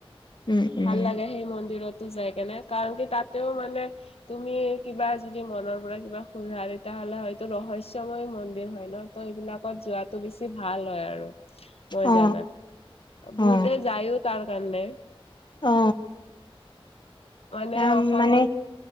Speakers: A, on the left; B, on the left.
A: উম
B: ভাল
A: উম
B: লাগে সেই মন্দিৰত যাই কেনে কাৰণ কি তাতেও মানে তুমি কিবা যদি মনৰ পৰা কিবা খোজা তেতিয়া নহলে হয়টো ৰহস্যময় মন্দিৰ হয় ন ত এইবিলাকত যোৱাটো বেছি ভাল হয় আৰু মই
A: অ
B: জানাত
A: অ
B: বহুতে যায়ও তাৰ কাৰণে
A: অ
B: মানে
A: তাম
B: অসমত
A: মানে